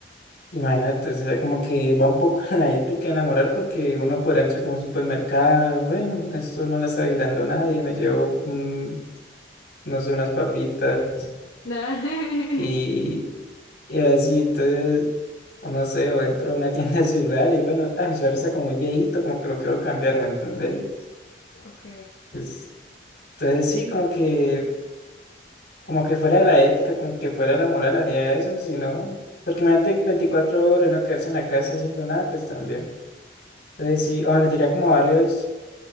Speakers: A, on the left (about 60°); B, on the left (about 85°).
A: imagínate, o sea, como que va un poco <laughs> en la ética, en la moral, porque uno podrá entrar como a un supermercado, bueno, esto no la está girando nadie, me llevo, mm, no sé, unas papitas
B: No.
A: y,
B: <laughs>
A: Y así, entonces, o no sé, o entro a una <laughs> tienda de celular y bueno, ah, mi celular está como muy viejito, como que lo quiero cambiar, ¿me entendés?
B: Ok.
A: Entonces, entonces sí, como que, como que fuera de la ética, como que fuera de la moral haría eso, si no, porque imagínate 24 horas uno quedarse en la casa haciendo nada, pues también. Entonces sí, o me metería como a barrios